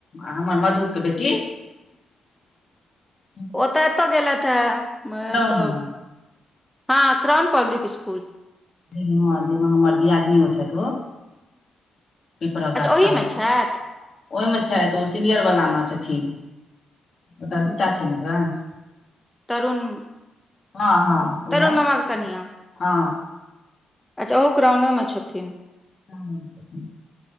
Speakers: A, on the left; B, in the centre.
A: आ हमर मधु के बेटी <inaudible>
B: ओतऽ एतौ गेल हे
A: टाउन
B: एतौ
A: मे
B: हँ क्राउन पब्लिक स्कुल
A: जा जाहिमे हमर दियादनीयो छथि ओ पिपरा गाछतर
B: अच्छा ओहि
A: वाली
B: मे छथि
A: ओहिमे छथि ओ सीनियर वला मे छथिन ओत दू टा छै ने ब्रांच
B: तरुण
A: हँ हँ उएह
B: तरुण मामा के कनिया
A: हँ
B: अच्छा ओहो क्राउने मे छथिन
A: <unintelligible> क्राउने मे